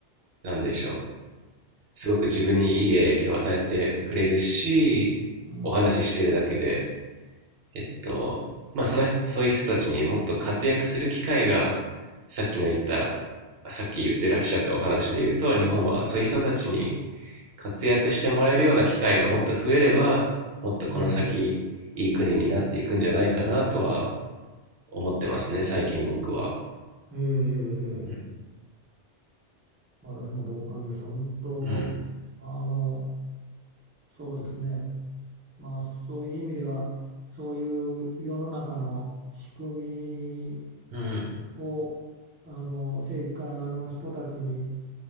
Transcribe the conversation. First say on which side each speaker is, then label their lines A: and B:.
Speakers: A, on the right; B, on the right.
A: なんでしょうすごく自分にいい影響を与えてくれるしお話ししてるだけで
B: うん、
A: えっとまあその人そういう人たちにもっと活躍する機会がさっきの言ったさっき言ってらっしゃったお話で言うと日本はそういう人たちに活躍してもらえるような機会がもっと増えればもっとこの先いい国になっていくんじゃないかなとは
B: うん、
A: 思ってますね最近僕は。
B: ええ、ええ。
A: うん
B: ええ私も同感です。本当、
A: うん、
B: あの、そうですね。まあ、そういう意味では、そういう世の中の仕組み
A: うん、
B: を、あの、政治家の人たちに